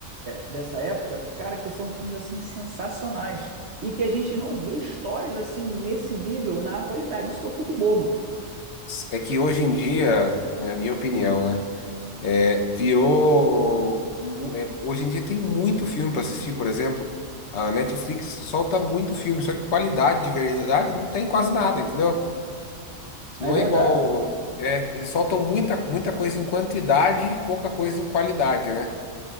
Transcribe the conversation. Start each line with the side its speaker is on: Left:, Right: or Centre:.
Right: dessa época, cara, que são filmes assim sensacionais e que a gente não vê histórias assim nesse nível na atualidade. Isso que eu fico bobo.
Left: É que hoje em dia, né, é a minha opinião, né? É, virou. mu- é, hoje em dia tem muito filme pra assistir, por exemplo. A Netflix solta muito filme, só que qualidade de verdade não tem quase nada, entendeu? Não
Right: É verdade.
Left: é igual. É, eles soltam muita, muita coisa em quantidade e pouca coisa em qualidade, né?